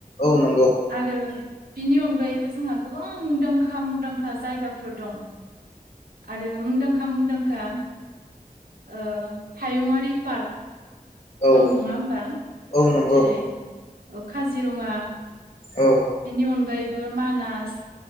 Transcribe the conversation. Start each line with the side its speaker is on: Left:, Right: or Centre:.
Left: औ नंगौ
Right: आरो बिनि अनगायैबो जोंहा गोबां मुंदांखा मुंदांखा जायगाफोर दं । आरो मुंदांखा मुंदांखा ओ हायुङरारि पार्क
Left: औ
Right: दं नङा होमबा?
Left: औ नंगौ
Right: जेरै ओ काजिरङा
Left: औ
Right: बिनि अनगायै बो मानास